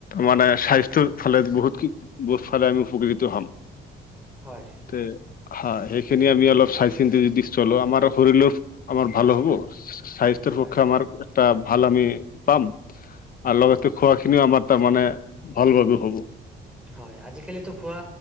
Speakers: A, on the left (about 45°); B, in the centre.
A: মানে স্বাস্থ্যৰ ফালে বহুত <unintelligible> ফালে আমি উপকৃত হ'ম।
B: হয়।
A: তে হা সেইখিনি আমি অলপ চাই চিন্তি যদি চলো আমাৰ শৰীৰলৈ আমাৰ ভাল হ'ব। স্বাস্থ্যৰ
B: হয়
A: পক্ষে
B: হয়
A: আমাৰ এটা ভাল আমি পাম আৰু
B: হয়
A: লগতে খোৱাখিনিও আমাৰ তাৰমানে ভাল ভাৱে হ'ব।
B: হয় আজিকালিতো খোৱা